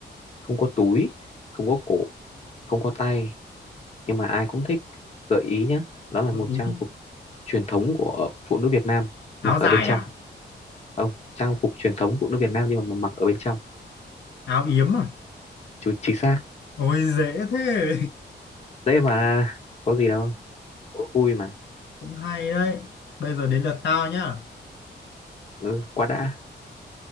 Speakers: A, on the left; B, on the left.
A: không có túi, không có cổ, không có tay nhưng mà ai cũng thích. Gợi ý nhé, đó là
B: gợi
A: một
B: ý
A: trang
B: đi
A: phục truyền thống của phụ nữ Việt Nam
B: áo
A: mặc
B: dài
A: ở bên trong.
B: à
A: Không, trang phục truyền thống phụ nữ Việt Nam nhưng mà mặc ở bên trong.
B: áo yếm à
A: Chú chính xác.
B: ôi dễ thế
A: Dễ mà, có gì đâu. Đố Vui mà.
B: <laughs> cũng hay đấy bây giờ đến lượt tao nhá
A: Ừ, quá đã.